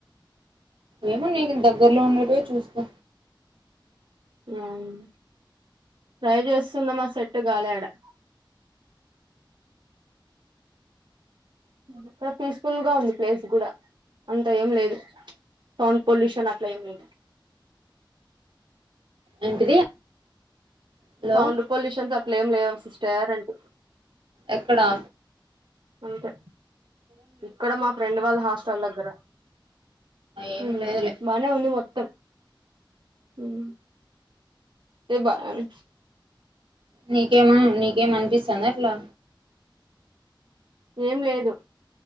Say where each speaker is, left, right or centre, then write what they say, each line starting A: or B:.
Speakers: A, on the right; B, on the right.
A: ఏమో నీకు దగ్గర్లో ఉన్నటువే చూసుకో.
B: అవును ట్రై చేస్తున్నామా సెట్ కాలేదు. అక్కడ పీస్ఫుల్ గా ఉంది ప్లేస్ కూడా అంత ఏం లేదు. సౌండ్ పోల్యూషన్ అట్లేం లేదు.
A: ఏంటిది. హలో
B: సౌండ్ పొల్యూషన్స్ అట్లేం లేవు సిస్టర్ అంటున్నా.
A: ఎక్కడా.
B: అంతే ఇక్కడ మా ఫ్రెండ్ వాళ్ళ హాస్టల్ దగ్గర.
A: ఏం
B: ఉమ్
A: లేదులే
B: బానే ఉంది మొత్తం. ఉమ్ తేబన్.
A: నీకేమై నీకేమనిపిస్తుందా అట్లా.
B: ఏం లేదు